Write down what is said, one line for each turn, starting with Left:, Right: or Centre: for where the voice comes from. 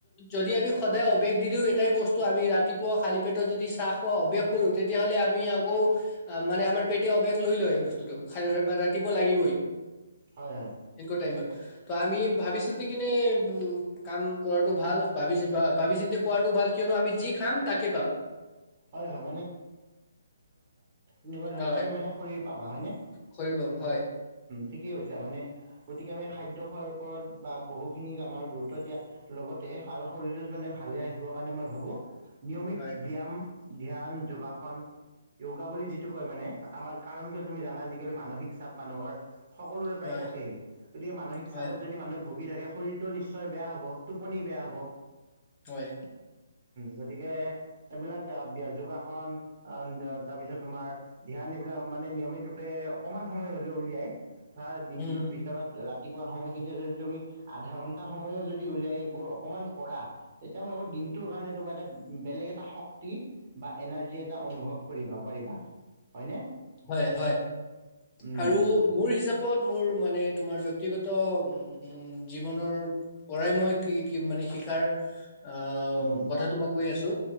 Left: যদি আমি সদায় অভ্যাস দি দিওঁ এটাই বস্তু আমি ৰাতিপুৱা খালী পেটত যদি চাহ খোৱা অভ্যাস কৰোঁ তেতিয়াহ'লে আমি আকৌ মানে আমাৰ পেটে অভ্যাস লৈ লয়েই বস্তুটো খ ৰাতিপুৱা লাগিবই
Right: হয়, হয়।
Left: ইনকা টাইমত ত আমি ভাবি চিন্তি কিনে উ কাম কৰাটো ভাল ভাবি ভাবি চিন্তি খোৱাটো ভাল কিয়নো আমি যি খাম তাকে পাম
Right: হয় হয় এনেকুৱা ধৰণৰে
Left: হয়
Right: মানে শৰীৰ পাবা হয়নে?
Left: খৰি পাম হয়
Right: ঠিকেই হৈছে মানে গতিকে আমি খাদ্য খোৱাৰ ওপৰত বা বহুখিনি আমাৰ গুৰুত্ব দিয়াৰ লগতে আৰু শৰীৰটো মানে ভালে ৰাখিবৰ কাৰণে মই ভাবোঁ নিয়মিত
Left: হয়
Right: ব্যায়াম ধ্যান যোগাসন য়গা বুলি যিটো কয় মানে আমাৰ কাৰণ কিয় তুমি জানা আজিকালি মানসিক চাপ মানুহৰ সকলোৰে প্ৰায়
Left: হয়
Right: থাকেই গতিকে মানসিক চাপত
Left: হয়
Right: যদি মানুহে ভুগি থাকে শৰীৰটো নিশ্চয় বেয়া হ'ব। টোপনি বেয়া হ'ব
Left: হয়
Right: গতিকে এইবিলাক যোগাসন তাৰপিছত তোমাৰ ধ্যান এইবিলাক মানে নিয়মিত ৰূপে অকমান সময় হলে উলিয়াই ধৰা দিনটোৰ
Left: উম
Right: ভিতৰত ৰাতি ৰাতিপুৱা সময়খিনিতে যদি তুমি আধা ঘন্টা সময়ও যদি উলিয়াই ও অকণমান কৰা তেতিয়া মই টোৰ কাৰণে তোমাৰ এটা বেলেগ এটা শক্ত শক্তি বা এনাৰ্জি এটা অনুভৱ কৰিব পাৰিবা হয়নে?
Left: হয় হয়
Right: উম,
Left: আৰু মোৰ হিচাপত মোৰ মানে, তোমাৰ ব্য়ক্তিগত উ জীৱনৰ পৰাই মই কি কি মানে শিকাৰ অ
Right: উম, উম,
Left: কথাতটো মই কৈ আছো